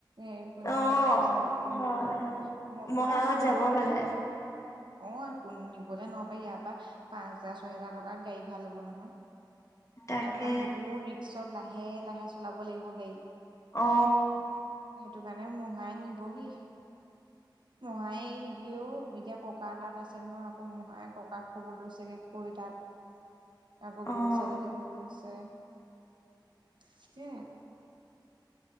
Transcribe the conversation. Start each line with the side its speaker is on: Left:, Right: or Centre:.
Right: এ কোনে
Left: অ
Right: মানে পইচা হেৰি
Left: হয়
Right: কৰিব
Left: হয়
Right: কয় মই অকণমান
Left: মহাহত যাব
Right: আঁতৰি-
Left: মানে
Right: অ নিবলৈ নহবা ইয়াৰ পৰা পাঁচ হাজাৰ ছয় হোজাৰ টকাৰ গাড়ী ভাল হ'ব নহয়-
Left: তাকে
Right: কাৰণ বহুত ৰিক্সত লাহে লাহে চলাব লাগিব গাড়ী।
Left: অ
Right: সেইটো কাৰণে মই নিবহি মহাই নিদিয়ে অহ এতিয়া ককা ককা তাত আছে নহয় আকৌ মহাই ককাক খবৰ লৈছেগে গৈ‌‌ তাত আকৌ
Left: অ
Right: বহুত ছাগলী খাবলে লৈছে। তাকে